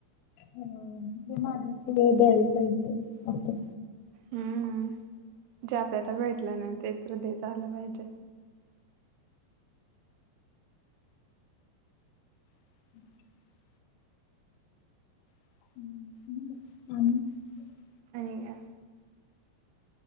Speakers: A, on the left; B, on the right.
A: ह म्ह जे माझ <unintelligible> ते द्यायला पाहिजे. आता
B: हम्, जे आपल्याला भेटलं ना ते तर देता आलं पाहिजे.
A: <unintelligible> <unintelligible>
B: आणि काय?